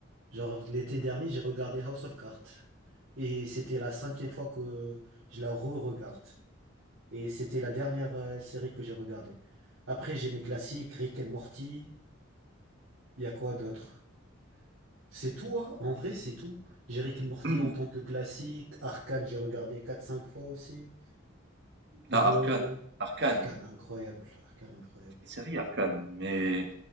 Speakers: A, on the right; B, on the right.
A: Genre, l'été dernier, j'ai regardé House of Cards. Et c'était la cinquième fois que je la re-regarde. Et c'était la dernière euh, série que j'ai regardée. Après, j'ai mes classiques, Rick and Morty. Il y a quoi d'autre? C'est tout, hein. En vrai, c'est tout. J'ai Rick and Morty
B: <laughs>
A: en tant que classique. Arcane, j'ai regardé quatre cinq fois aussi. Je
B: Ah,
A: me...
B: Arcane. Arcane.
A: Arcane, incroyable. Arcane, incroyable.
B: Quelle série, Arcane. Mais,